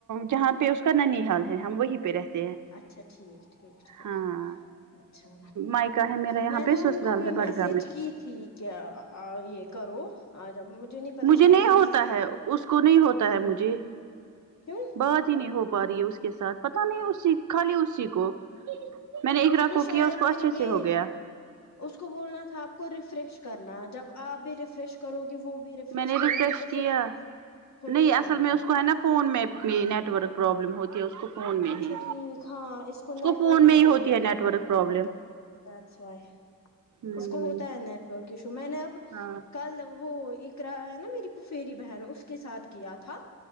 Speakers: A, on the right; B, on the left.
A: جہاں پہ اس کا ننی حال ہے ہم وہیں پہ رہتے ہیں
B: اچھا ٹھیک ٹھیک ٹھیک
A: ہاں
B: اچھا
A: مائکا ہے میرا یہاں
B: میں
A: پہ
B: نے
A: سسرال
B: ان کو بھی
A: ہے
B: میسج
A: بڑگام میں
B: کیی ٹھیک ہے یہ کرو آج مجھے نہیں پتا
A: مجھے
B: شاید
A: نہیں
B: وہ
A: ہوتا
B: بزی
A: ہے اس کو نہیں ہوتا ہے مجھے
B: کیوں
A: بہت نہیں ہو پا رہی ہے اس کے ساتھ پتا نہیں اسی خالی اسی کو میں نے ایک
B: اس
A: ر کو
B: شاید
A: کیا اس کو اچھے
B: پھر یہ
A: سے ہو گیا
B: اس کو بولنا تھا آپ کو ریفریش کرنا جب آپ بھی ریفریش کرو گے وہ بھی ریفریش
A: میں نے
B: کرے گی تو
A: کیا
B: پھر ہو
A: نہیں
B: جائے
A: اصل میں
B: گا
A: اس کو ہے نا فون میں یہ نیٹ ورک پرابلم ہوتی ہے اس کو فون میں
B: اچھا
A: ہی
B: ٹھیک ہاں اس کو نیٹ
A: فون
B: ورک ایشو
A: میں ہی ہوتی
B: بھی ہوتا
A: نیٹ ورک
B: ہے نا
A: پرابلم
B: دٹس وائی
A: ہ
B: اس کو ہوتا ہے نیٹ ورک ایشو میں نے اب
A: ہاں
B: کل وہ اکارا ہے نا میری فیری بہن اس کے ساتھ کیا تھا